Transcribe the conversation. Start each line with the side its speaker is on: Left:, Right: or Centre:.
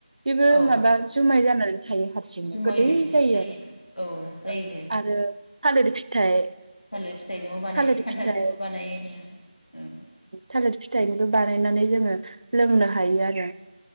Right: बेबो
Left: औ
Right: माबा जुमाय जानानै थायो हारसिंनो
Left: जुमाय
Right: गोदै
Left: बायदिसो
Right: जायो
Left: औ जायोनो
Right: आरो आरो थालिर फिथाइ
Left: थालिर फिथाइजोंबो बानायो
Right: थालिर
Left: खान्थालजोंबो
Right: फिथाइ
Left: बानायोनो औ
Right: थालिरि फिथाइनिबो बानायनानै जोङो लोंनो हायो आरो